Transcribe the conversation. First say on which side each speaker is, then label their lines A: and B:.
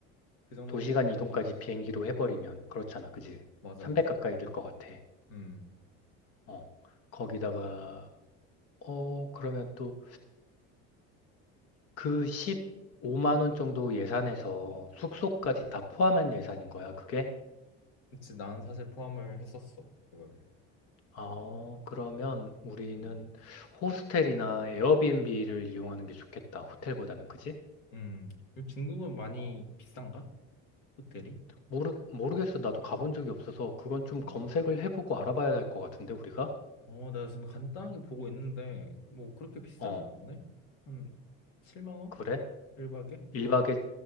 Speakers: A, on the left (about 75°); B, on the left (about 50°).
A: 그 정도
B: 도시간
A: 생각.
B: 이동까지 비행기로 해버리면 그렇잖아, 그지?
A: 맞아,
B: 300
A: 맞아.
B: 가까이 들 것 같아.
A: 음.
B: 어, 거기다가 어 그러면 또 그 15만 원 정도 예산에서 숙소까지 다 포함한 예산인 거야, 그게?
A: 그치, 난 사실 포함을 했었어, 그거를.
B: 어, 그러면 우리는
A: 음.
B: 호스텔이나 에어비앤비를 이용하는 게 좋겠다, 호텔보다는, 그지?
A: 음, 중국은 많이
B: 어,
A: 비싼가? 호텔이?
B: 모르, 모르겠어. 나도 가본 적이 없어서 그건 좀 검색을
A: 음.
B: 해보고 알아봐야 할 것 같은데, 우리가?
A: 어, 나 지금 간단하게 보고 있는데, 뭐, 그렇게 비싸진
B: 어,
A: 않네? 한 7만 원?
B: 그래?
A: 1박에?
B: 1박에,